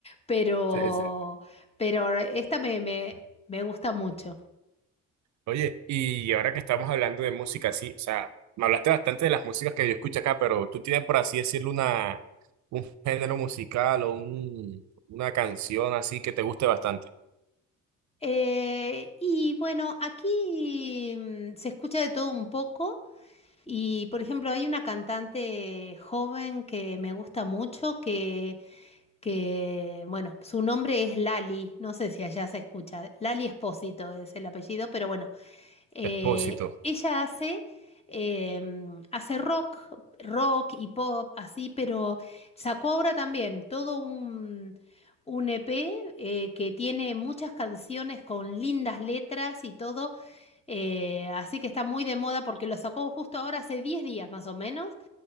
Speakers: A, on the left; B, on the right.
A: Pero,
B: Sí, sí.
A: pero esta me, me, me gusta mucho.
B: Oye, y ahora que estamos hablando de música, sí, o sea, me hablaste bastante de las músicas que yo escucho acá, pero tú tienes, por así decirlo, una, un género musical o un, una canción así que te guste bastante.
A: Eh, y bueno, aquí mm, se escucha de todo un poco y, por ejemplo, hay una cantante joven que me gusta mucho que, que, bueno, su nombre es Lali, no sé si allá se escucha, Lali Espósito es el apellido, pero bueno, eh,
B: Expósito.
A: ella hace, em, hace rock, rock y pop, así, pero sacó ahora también todo un, un EP eh, que tiene muchas canciones con lindas letras y todo. eh, así que está muy de moda porque lo sacó justo ahora hace 10 días más o menos.